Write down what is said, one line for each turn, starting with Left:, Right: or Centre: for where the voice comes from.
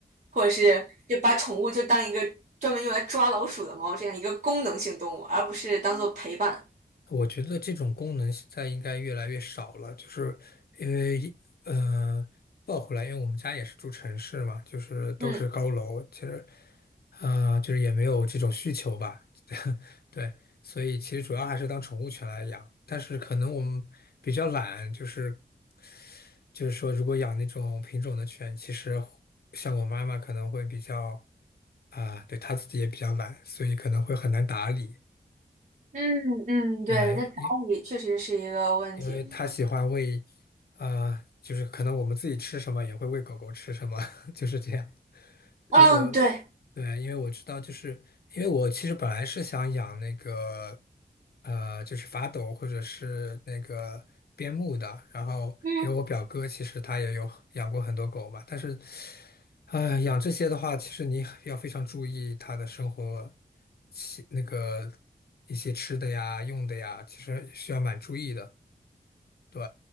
Right: 或者是就把宠物就当一个专门用来抓老鼠的猫这样一个功能性动物，而不是当做陪伴。
Left: 我觉得这种功能现在应该越来越少了，就是因为呃，抱回来，因为我们家也是住城市嘛，就是都是高楼，
Right: 嗯
Left: 其实啊、就是也没有这种需求吧，对，所以其实主要还是当宠物犬来养，但是可能我们比较懒，就是就是说，如果养那种品种的犬，其实像我妈妈可能会比较啊、对她自己也比较懒，所以可能会很难打理。
Right: 嗯嗯，对，
Left: 对，
Right: 那打理确实是一个问题。
Left: 因为他喜欢喂，呃，就是可能我们自己吃什么也会喂狗狗吃什么，<laughs> 就是这样。
Right: 嗯，
Left: 因为我，
Right: 对。
Left: 对，因为我知道，就是因为我其实本来是想养那个，呃，就是法斗或者是那个边牧的。然后，
Right: 嗯。
Left: 因为我表哥其实他也有养过很多狗嘛，但是，呃，养这些的话，其实你要非常注意它的生活起，那个一些吃的呀、用的呀，其实需要蛮注意的。对，